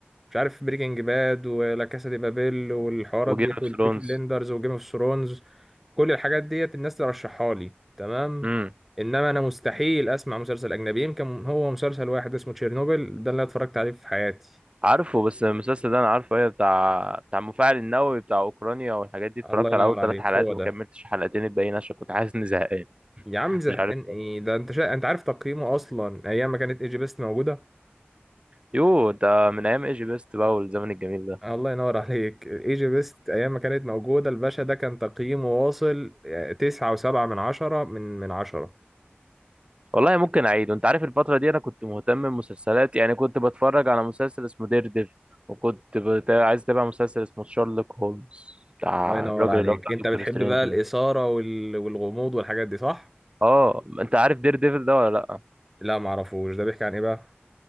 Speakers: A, in the centre; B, on the right.
A: مش عارف بريكنج باد ولا كاسا دي بابيل والحوارات
B: وجيم
A: ديت
B: اوف
A: والبيكي
B: ثرونز
A: بليندرز وجيم اوف ثرونز كل الحاجات ديت الناس ترشحها لي تمام
B: امم
A: انما انا مستحيل اسمع مسلسل اجنبي يمكن هو مسلسل واحد اسمه تشيرنوبل ده اللي أنا اتفرجت عليه في حياتي
B: عارفه بس المسلسل ده انا عارفه ايه بتاع بتاع المفاعل النووي بتاع اوكرانيا والحاجات دي اتفرجت
A: الله ينور
B: على اول ثلاث
A: عليك
B: حلقات
A: هو
B: وما
A: ده
B: كملتش الحلقتين الباقيين عشان كنت حاسس اني زهقان
A: يا عم زهقان
B: مش عارف
A: ايه
B: ليه.
A: ده انت شا... انت عارف تقييمه اصلا ايام ما كانت ايجي بيست موجوده
B: يو ده من ايام ايجي بيست بقى والزمن الجميل ده
A: الله ينور عليك ايجي بيست ايام ما كانت موجوده الباشا ده كان تقييمه واصل آه، تسعة وسبعة من عشرة من من عشرة
B: والله ممكن اعيد وانت عارف الفترة دي انا كنت مهتم بمسلسلات يعني كنت بتفرج على مسلسل اسمه دير دير وكنت بت... عايز اتابع مسلسل اسمه شارلوك هولمز بتاع
A: الله ينور
B: الراجل
A: عليك
B: اللي هو بتاع
A: انت
B: دكتور
A: بتحب
B: سترينج
A: بقى الاثاره
B: ده
A: وال... والغموض والحاجات دي صح
B: اه انت عارف دير ديفل ده ولا لا
A: لا معرفوش ده بيحكي عن ايه بقى